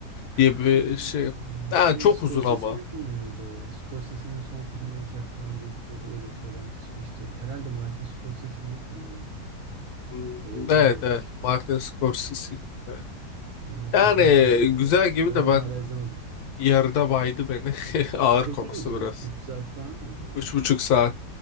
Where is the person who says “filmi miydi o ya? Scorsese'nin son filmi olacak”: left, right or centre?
Right